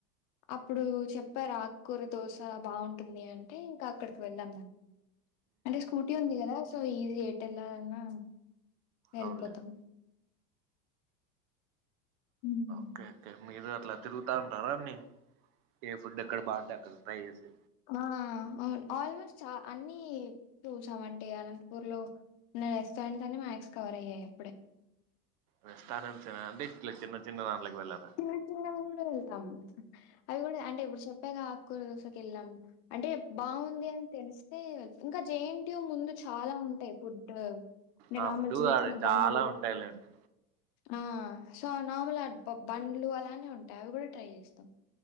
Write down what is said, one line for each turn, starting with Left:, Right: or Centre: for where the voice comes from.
Left: అప్పుడు చెప్ చెప్పారు ఆక్కూర దోశ బాగుంటుంది అంటే ఇంకా అక్కడికి వెళ్ళాం మేం అంటే స్కూటీ ఉంది కదా సో ఈజీ ఎట్ వెళ్ళాలన్నా వెల్
Right: అవునులేదు
Left: పోతా ఉ హు
Right: ఓకే ఓకే మీరు అట్లా తిరుగుతా ఉంటారా అన్నీ ఏ ఫుడ్ ఎక్కడ బాగుంటే అక్కడ ట్రై చేసి
Left: ఆ అవును ఆల్మోస్ట్ చ అన్ని చూసామంటే అనంతపూర్ లో నా రెస్టాయింస్ అని మ్యాక్స్ కవర్ అయ్యాయి అప్పుడే
Right: రెస్టారెంట్స్ చన అంటే ఇట్ల చిన్న చిన్న వాట్లకి వెళ్ళారా
Left: చిన్న చిన్నవి కూడా వెళ్తాం అవి కూడా అంటే ఇప్పుడు చెప్పేగా ఆకుకూర దోశక వెళ్ళాం అంటే బాగుంది అని తెలిస్తే ఇంకా జేఎన్ టు ముందు చాలా ఉంటాయి ఫుడ్
Right: ఆ
Left: నార్మల్
Right: ఫుడ్
Left: చిన్న
Right: ఆడ
Left: చిన్న
Right: చాలా
Left: బండ్లు
Right: ఉంటాయిలేండి
Left: ఆ సో నార్మల్ బండ్లు అలానే ఉంటాయి అవి కూడా ట్రై చేస్తాం